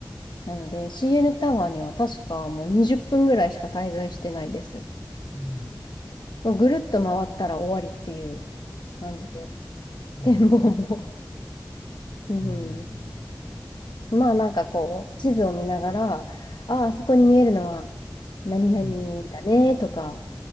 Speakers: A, on the left (about 85°); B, on the left (about 70°).
A: なので CN タワーには確かもう20分ぐらいしか滞在してないです。
B: うん、
A: ぐるっと回ったら終わりっていう感じで、
B: うん、
A: 展望も <laughs> うん。
B: うん、
A: まあなんかこう、地図を見ながら、ああ、そこに見えるのは何々だねとか、
B: うん。